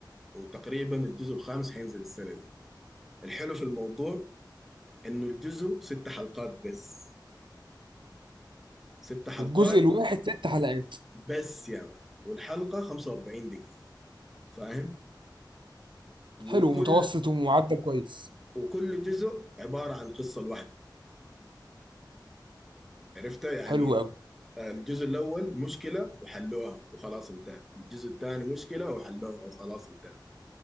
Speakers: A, in the centre; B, on the right.
A: وتقريبا الجزء الخامس هينزل السنه دي الحلو في الموضوع انه الجزء ست حلقات بس ست حلقات
B: الجزء الواحد ست حلقات
A: بس يا مان والحلقه 45 دقيقه فاهم وكل
B: حلو متوسط ومعدل كويس
A: وكل جزء عباره عن قصه لوحده عرفتها يعني
B: حلو قوي
A: الجزء الأول مشكلة وحلوها وخلاص انتهى الجزء الثاني مشكلة وحلوها وخلاص انتهى